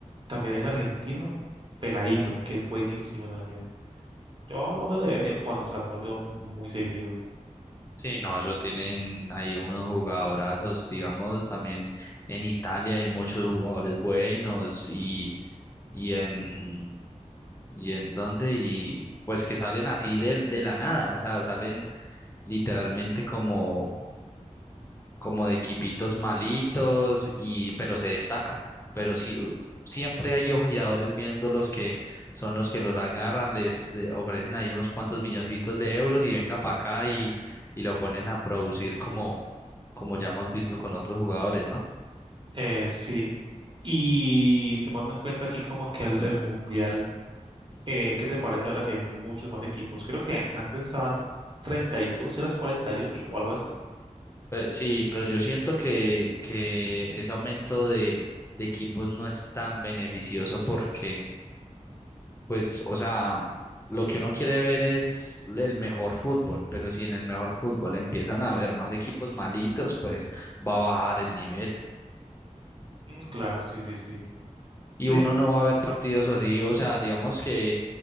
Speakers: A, on the right (about 40°); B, on the left (about 20°).
A: También hay un argentino, Peladito, que es buenísimo también. Yo lo veo de vez en cuando, o sea, no lo veo muy seguido.
B: Sí, no, eso tienen ahí unos jugadorazos, digamos, también en Italia hay muchos jugadores buenos y, y en ¿Y en dónde? Y pues que salen así de, de la nada, o sea, salen literalmente como, como de equipitos malitos, y, pero se destacan. Pero sí, u- siempre hay ojeadores viéndolos que son los que los agarran, les eh, ofrecen ahí unos cuantos milloncitos de euros y venga para acá y, y lo ponen a producir como, como ya hemos visto con otros jugadores, ¿no?
A: Eh, sí. Y tomando en cuenta aquí como que el, el mundial, eh, ¿qué te parece ahora que hay muchos más equipos? Creo que antes estaban treinta y dos y eras 48 o algo así.
B: Pe- sí, pero yo siento que, que ese aumento de de equipos no es tan beneficioso porque pues, o sea, lo que uno quiere ver es el mejor fútbol, pero si en el mejor fútbol empiezan a haber más equipos malitos, pues va a bajar el nivel
A: Mm, claro, sí, sí, sí.
B: y
A: ve
B: uno no va a ver partidos así, o sea, digamos que